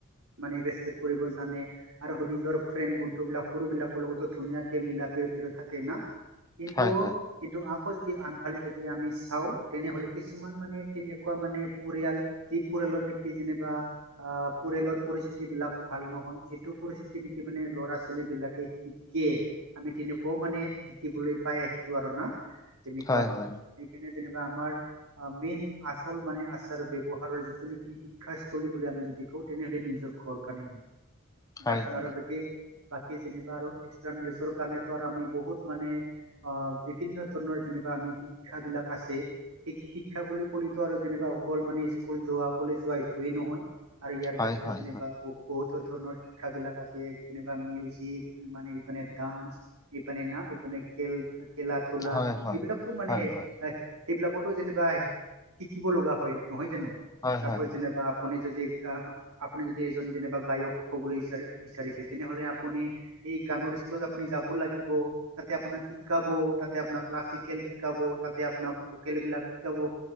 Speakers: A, on the right (about 85°); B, on the left (about 15°).
A: মানে ৰেচপেক্ট কৰিব জানে আৰু নিজৰ ফ্ৰেণ্ড বন্ধু বিলাক সৰুবিলাকৰ লগতো ধুনীয়াকে মিলা প্ৰতি থাকে ন। কিন্তু
B: হয়
A: - কিন্তু আ যদি আনফালে যদি আমি চাও তেনেহলে কিছুমান মানে তেনেকুৱা মানে পৰিয়াল পৰিয়ালৰ নেকি যেনিবা অ, পৰিয়ালৰ পৰিস্থিতি বিলাক ভাল নহয় যিটো পৰিস্থিতি তেনেকি মানে ল'ৰা ছোৱালী বিলাকে শিকে আমি তেনেকুৱাও মানে দেখিবলৈ পাই আহিছো আৰু। তেনেকুৱা
B: হয়
A: আৰু
B: হয়।
A: সেইকাৰণে যেনিবা আমাৰ মেইন আচল মানে আচাৰ ব্যৱহাৰৰ যিটো নেকি শিক্ষা স্থলী বুলি আমি যদি কও তেনেহলে নিজৰ খৰকা ন
B: হয়
A: দশন
B: হয়
A: আৰভক বাকি যেনিবা আৰু এক কাৰণ আমি বহুত মানে বিভিন্ন ধৰণৰ যেনিবা আমি শিক্ষাবিলাক আছে। শিক্ষা বুলি ক'লেতো আৰু যেনিবা অকল মানে স্কুল যোৱা কলে যোৱা এইটোৱেই নহয়। আৰু ইয়াৰ
B: হয়
A: বাহিৰেও
B: হয়
A: যেনিবা বু বহুতো ধৰণৰ শিক্ষা শিক্ষাবিলাক আছে যেনো মিউজিক মানে এইপানে ডান্স এইপানে না এইপানে খেল খেলা ধূলা
B: হয় হয়
A: এইবিলাকো মানে
B: হয়
A: এ
B: হয়
A: সেইবিলাকতো যেনিবা শিকিব লগা হয় নহয় জানো
B: হয়
A: চাপজ
B: হয় হয়
A: যেনিবা আপুনি যদি আপুনি যদি এজন যেনে বা গায়ক ব বিচাৰিছে তেনেহলে আপুনি এই গানৰ স্কুলত আপুনি যাব লাগিব তাতে আপোনাক শিকাব তাতে আপোনাৰ ক্লাছিকেল শিকাব তাতে আপোনাৰ ভোকেল বিলাক শিকাব